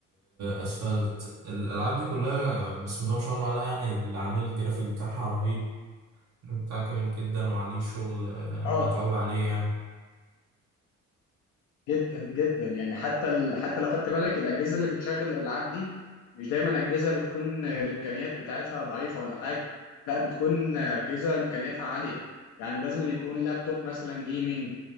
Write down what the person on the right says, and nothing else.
اسفلت الالعاب دي كلها بسم الله ما شاء الله عليها يعني اللي عامل الجرافيك بتاعها رهيب الجرافيك بتاعها جميل جدا وعليه شغل آه،
متعوب عليه يعني